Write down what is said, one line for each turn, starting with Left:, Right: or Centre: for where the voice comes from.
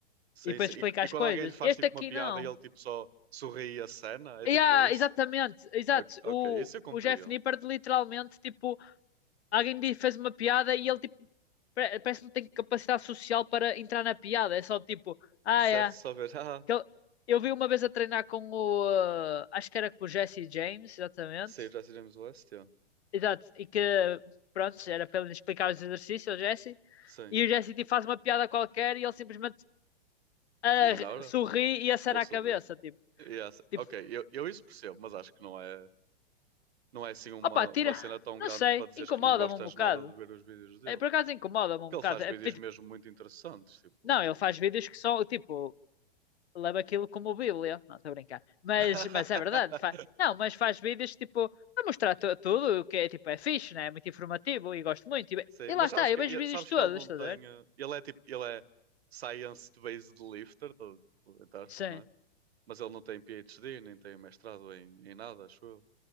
Right: Sim,
Left: E depois
Right: sim.
Left: explica
Right: E,
Left: as
Right: e quando
Left: coisas.
Right: alguém lhe faz
Left: Este
Right: tipo
Left: aqui
Right: uma piada
Left: não.
Right: e ele tipo só sorri e acena, é
Left: E
Right: tipo
Left: há,
Right: isso?
Left: exatamente, exato.
Right: Ok, ok,
Left: O,
Right: isso eu compreendo.
Left: o Jeff Nippard literalmente, tipo, alguém lhe fez uma piada e ele, tipo, pare- parece que não tem capacidade social para entrar na piada. É só tipo, ah,
Right: Certo,
Left: é.
Right: só ver, <laughs> ah,
Left: Que ele- Eu vi uma vez a treinar com o. eh, acho que era com o Jesse James, exatamente.
Right: sim, já iremos o leste, ó."
Left: Exato, e que pronto, era para ele explicar os exercícios ao Jesse,
Right: Sim.
Left: e o Jesse tipo, faz uma piada qualquer e ele simplesmente ah,
Right: Ignora
Left: sorri e acena
Right: ou sorri?
Left: a cabeça, tipo,
Right: Yes.
Left: tipo,
Right: Ok, eu, eu isso percebo, mas acho que não é, não é assim uma,
Left: opa, tira,
Right: uma cena tão
Left: não
Right: grande
Left: sei,
Right: para dizeres
Left: incomoda-me
Right: que não gostas
Left: um bocado.
Right: nada de ver os vídeos dele.
Left: É, por acaso incomoda-me um
Right: Porque
Left: bocado.
Right: ele faz
Left: É,
Right: vídeos
Left: tipo,
Right: mesmo muito interessantes, tipo.
Left: não, ele faz vídeos que são, tipo, leva aquilo como Bíblia, não estou a brincar, mas,
Right: <laughs>
Left: mas é verdade, fa- não, mas faz vídeos tipo. A mostrar tu- tudo o que é tipo é fixe, né? É muito informativo e gosto muito. E,
Right: Sim,
Left: e lá
Right: mas
Left: está,
Right: sabes
Left: eu
Right: que,
Left: vejo
Right: e-
Left: vídeos
Right: sabes
Left: todos,
Right: que ele não
Left: estás
Right: tem.
Left: a ver?
Right: eh, Ele é tipo. Ele é science-based lifter, tá- tipo, entre aspas,
Left: Sim.
Right: não é? Mas ele não tem PhD, nem tem mestrado em, em nada, acho eu.